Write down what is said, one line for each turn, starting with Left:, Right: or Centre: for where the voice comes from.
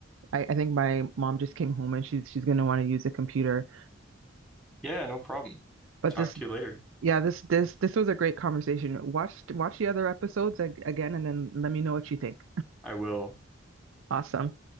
Right: I I think my mom just came home and she's she's gonna want to use a computer.
Centre: Yeah, no problem.
Right: But
Centre: Talk
Right: this
Centre: to you later.
Right: yeah, this this this was a great conversation. Watch watch the other episodes ag again and then let me know what you think.
Centre: I will
Right: Awesome.